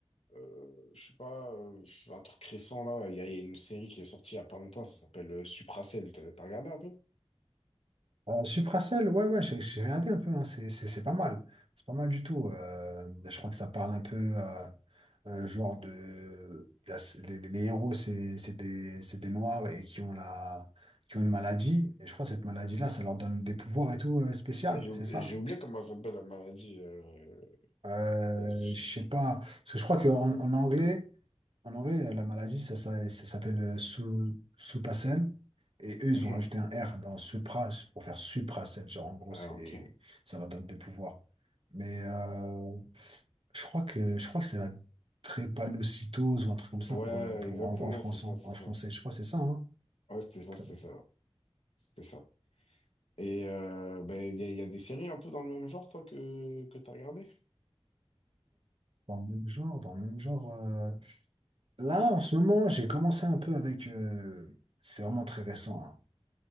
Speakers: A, on the left; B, on the right.
A: euh, je sais pas, euh, un truc récent, là, il y a il y a une série qui est sortie il y a pas longtemps, ça s'appelle euh, Supracelle, t'as t'as regardé un peu?
B: Euh, Supracelle, ouais, ouais, j'ai j'ai regardé un peu, hein, c'est c'est- c'est pas mal. C'est pas mal du tout. euh, je crois que ça parle un peu euh, un genre de. la- les, les- les héros, c'est c'est des, c'est des noirs et qui ont la, qui ont une maladie. Et je crois que cette maladie-là, ça leur donne des pouvoirs et tout euh, spécial,
A: Ah, J'ai ou-
B: c'est
A: j'ai
B: ça?
A: oublié comment ça s'appelle la maladie. euh,
B: Euh,
A: euh, je-
B: je sais pas. Parce que je crois qu'en en en anglais. En anglais, euh, la maladie, ça, ça, ça s'appelle euh, sous, soupacelle. Et eux, ils
A: Mhm.
B: ont rajouté un R dans supra pour faire supracelle. Genre, en gros,
A: Ah,
B: c'est,
A: ok.
B: ça leur donne des pouvoirs. Mais euh, je crois que, je crois que c'est la trépanocytose ou un truc comme ça
A: Ouais,
B: pour le, pour,
A: exactement,
B: en, en français.
A: c'est ça, c'est
B: En
A: ça.
B: français, je crois que c'est ça. hein.
A: Ouais, c'était ça,
B: Très-
A: c'était ça. C'était ça. Et euh, ben, il y, a il y a des séries un peu dans le même genre, toi, que, que t'as regardé?
B: Dans le même genre, dans le même genre. euh. Là, en ce moment, j'ai commencé un peu avec. euh, c'est vraiment très récent. hein.